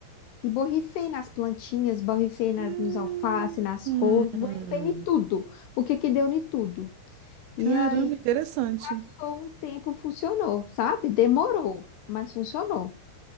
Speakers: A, on the left; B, on the right.
A: E borrifei nas plantinhas, borrifei nas,
B: Hum,
A: nos alface, nas
B: hum.
A: couves, borrifei em tudo. Porque que deu em tudo. E
B: Caramba,
A: aí,
B: interessante.
A: passou um tempo, funcionou, sabe? Demorou, mas funcionou.